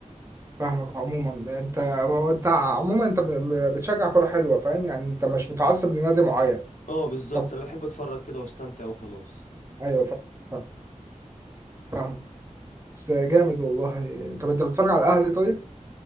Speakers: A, on the right; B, on the left.
A: فاهمك عموما انت هو انت عموما انت ب- بتشجع كرة حلوة فاهم يعني انت مش متعصب لنادي معين
B: اه بالظبط
A: طب
B: انا بحب اتفرج كده واستمتع وخلاص
A: <laughs> ايوه فاهم فاهم فاهم. بس جامد والله طب انت بتتفرج على الاهلي طيب